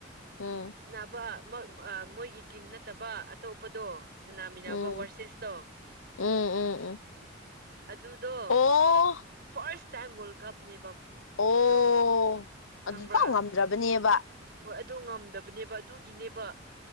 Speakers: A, on the left; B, on the right.
A: ꯎꯝ
B: ꯁꯅꯥꯕ ꯃꯣꯏꯒꯤ ꯇꯤꯝ ꯅꯠꯇꯕ ꯑꯇꯣꯞꯄꯗꯣ ꯁꯅꯥꯃꯤꯟꯅꯕ
A: ꯎꯝ
B: ꯋꯥꯔꯁꯦꯁꯇꯣ
A: ꯎꯝ ꯎꯝ ꯎꯝ
B: ꯑꯗꯨꯗꯣ
A: ꯑꯣ
B: ꯐꯔꯁ ꯇꯥꯏꯝ ꯋꯥꯔꯜ ꯀꯞ ꯅꯦ
A: ꯑꯣ
B: ꯣꯏ ꯈꯕ
A: ꯑꯗꯨꯐꯥꯎ ꯉꯝꯗ꯭ꯔꯕꯅꯦꯕ
B: ꯍ ꯗꯕꯅꯦꯕ ꯑꯗꯨꯒꯤꯅꯦꯕ